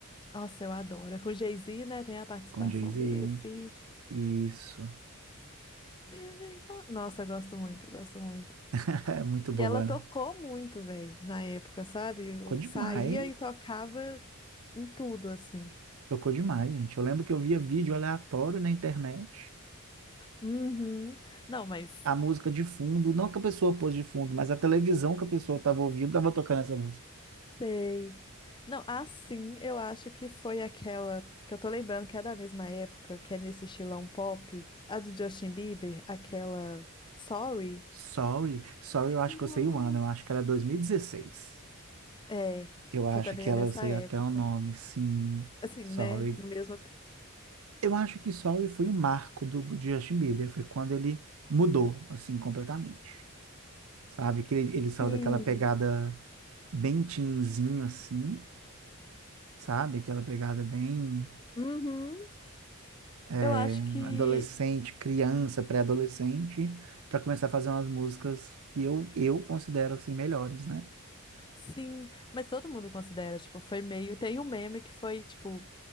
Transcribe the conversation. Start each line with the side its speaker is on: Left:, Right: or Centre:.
Left: Nossa, eu adoro. É Com o Jay-Z, né, tem a participação
Right: com Jay-Z.
Left: dele, o feat.
Right: Isso.
Left: Vive- oh, Nossa, eu gosto muito, eu gosto muito.
Right: <laughs> É muito
Left: E
Right: boa,
Left: ela tocou
Right: né?
Left: muito, velho, na época, sabe? Eu
Right: Tocou demais.
Left: saía e tocava em tudo, assim.
Right: Tocou demais, gente. Eu lembro que eu via vídeo aleatório na internet,
Left: Uhum. Não, mas.
Right: a música de fundo, não que a pessoa pôs de fundo, mas a televisão que a pessoa estava ouvindo estava tocando essa música.
Left: Sei. Não, assim, eu acho que foi aquela que eu tô lembrando que é da mesma época, que é nesse estilão pop, a do Justin Bieber, aquela Sorry,
Right: Sorry, Sorry, eu acho que eu
Left: Nossa.
Right: sei o ano, eu acho que era 2016.
Left: é,
Right: Eu acho
Left: que é também
Right: que
Left: é
Right: ela,
Left: dessa
Right: eu sei
Left: época.
Right: até o nome, sim.
Left: Assim,
Right: Sorry.
Left: né? No mesmo.
Right: Eu acho que Sorry foi o marco do de Justin Bieber, foi quando ele mudou, assim, completamente. Sabe? Que ele, ele saiu
Left: Sim.
Right: daquela pegada bem teenzinho, assim, sabe? Aquela pegada bem
Left: Uhum.
Right: é,
Left: Eu acho que
Right: adolescente, criança, pré-adolescente, para começar a fazer umas músicas que eu, eu considero assim melhores, né?
Left: sim, mas todo mundo considera, tipo, foi meio. Tem um meme que foi, tipo,